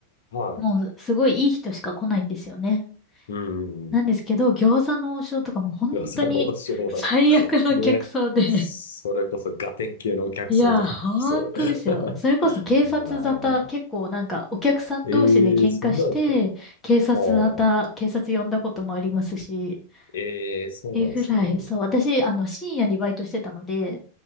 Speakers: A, on the left (about 60°); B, on the left (about 15°).
A: は
B: もうすごいいい人しか来ないんですよね。
A: い。うん、
B: なんですけど、
A: うん。
B: 餃子の王将とかも本当に最悪の客層で
A: よさの王将は、ね。それこそガテン系のお客さんとかが来そう。
B: いや、本当ですよ。
A: <laughs>
B: それこそ警察沙汰、
A: ああ、
B: 結構なんかお客さん同士で喧嘩して、
A: ええそんなんですか。あ
B: 警察沙汰、
A: あ。
B: 警察呼んだこともありますし、
A: ええ、
B: っていうぐらい、
A: そうなんですね。
B: そう、私、あの、深夜にバイトしてたので、